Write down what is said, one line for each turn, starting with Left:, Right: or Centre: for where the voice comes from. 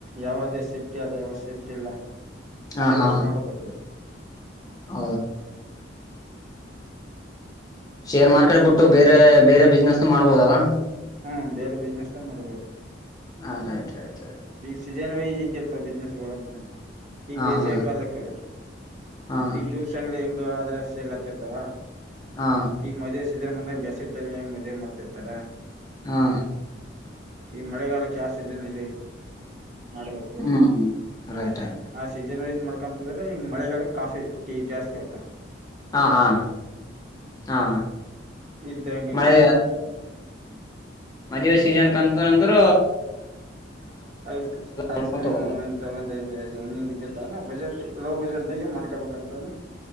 Right: ಯಾವದೇ ಸೇಫ್ಟಿ ಆದ ಯಾವ ಸೇಫ್ಟಿ ಇಲ್ಲ
Left: ಹಾ
Right: ಅದೆಲ್ಲಷ್ಟು
Left: ಹಾ
Right: ನೋಡ್ಬೇಕು
Left: ಆ ಶೇರ್ ಮಾರ್ಕೆಟ್ ಬಿಟ್ಟು ಬೇರೆ ಬೇರೆ ಬಿಸ್ನೆಸ್ ಮಾಡ್ಬೋದಲ್ಲಾ
Right: ಹ್ಮ ಬೇರೆ ಬಿಸ್ನೆಸ್ ಅಲ್ಲಿ ಮಾಡ್ಬೋದು
Left: ಹಾ ರೈಟ್ ರಯಟ್ ರ
Right: ಸೀಜನ್ ವೈಸ್ ಇದ್ದಿರ್ತಾವ ಬಿಸ್ನೆಸ್ ಂತ ಈಗ
Left: ಹಾ
Right: ಬೇಸಿಗೆ
Left: ಹಾ
Right: ಕಾಲಕ್ಕೆ
Left: ಹಾ
Right: ಈಗ ದಿವ್ಸ ಅಂಗಡಿ ಹೆಂಗ ಅದ್ರ ಸೇಲ್ ಹತ್ತಿರ್ತಾವ
Left: ಹಾ
Right: ಈಗ ಮದ ೀಜನ್ ಬಂದಾಗ ಬೇಸಿ ಟೈಮ್ ಹೆಂಗ್ ಮದುವೆ ಮಾಡ್ತಿರ್ತಾರ
Left: ಹಾ
Right: ಈ ಮಳೆಗಾಲಕ್ಕೆ ಯ ಸೀಜನ್ ಇದೆ ಮಾಡ್ಬೇಕು
Left: ಹ್ಮ್ ರೈಟ್ ರೈಟ್
Right: ಆಸ ಜನಸ್ ಮಾಡ್ಕಂತದ್ರೆ ಹಿಂಗ ಮಳೆಗಾಲ ಕಾಫಿ ಟೀ ಜಾಸ್ತಿ ಆಐತ್ತ
Left: ಹಾ ಹಾ ಹಾ
Right: ಇದ್ದ ಹಿಂಗೆ
Left: ಮಳೆ ಮದ್ವೆೆ ಸೀಜನ್ ಕಂತಂದ್ರ
Right: ಐಸ್ ಕ್ರ ಐಸ್
Left: ನೋಡ್ಕೊಂತ
Right: ಕ್ರೀಮ್
Left: ಹೋಗೋದು
Right: ಇಂತ ಹೆಂಗ್ ಹೆಂಗ ಇದ್ದಿರ್ತಾವ ನ ಬಜೆಟ್ ಲೋ ಬಜೆಟ್ದಾಗೆ ಮಾಡ್ಕೊಬೇಕಂತ